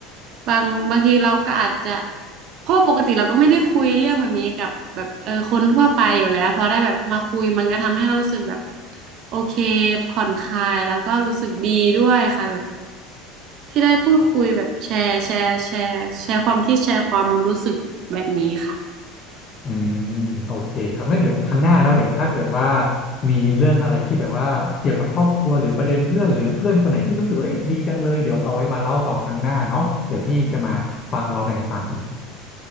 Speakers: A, on the right; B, on the left.
A: บางบางทีเราก็อาจจะเพราะว่าปกติเราก็ไม่ได้คุยเรื่องแบบนี้กับแบบเออคนทั่วไปอยู่แล้วพอได้แบบมาคุยมันก็ทำให้เรารู้สึกแบบโอเคผ่อนคลายแล้วก็รู้สึกดีด้วยค่ะแบบที่ได้พูดคุยแบบแชร์แชร์แชร์แชร์ความคิดแชร์ความรู้สึกแบบนี้ค่ะ
B: อืมโอเคครับงั้นเดี๋ยวครั้งหน้าเนาะเดี๋ยวถ้าเกิดว่ามีเรื่องอะไรที่แบบว่าเกี่ยวกับครอบครัวหรือประเด็นเพื่อนหรือเพื่อนคนไหนที่รู้สึกว่าเอ้ยดีจังเลยเดี๋ยวเอาไว้มาเล่าต่อครั้งหน้าเนาะเดี๋ยวพี่จะมาฟังเราแบ่งปันอีก